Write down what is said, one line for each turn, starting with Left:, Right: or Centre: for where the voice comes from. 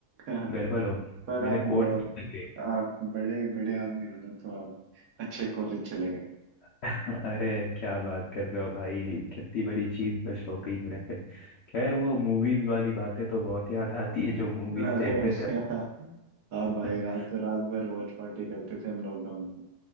Right: हैं
Left: गड़बड़
Right: <laughs>
Left: हो गई
Right: पर
Left: मैंने
Right: आप
Left: कोर्स बदल लिया।
Right: आप बड़े बड़े आदमी हो ना तो आप अच्छे कॉलेज चले गए
Left: <laughs> अरे क्या बात कर रहे हो भाई कितनी बड़ी चीज मिस हो गई मेरे से खैर वो मूवीज वाली बातें तो बहुत याद आती है जो मूवीज
Right: अरे
Left: देखते थे
Right: <laughs> हाँ
Left: <laughs>
Right: भाई रात रात भर वॉच पार्टी करते थे हम लॉकडाउन में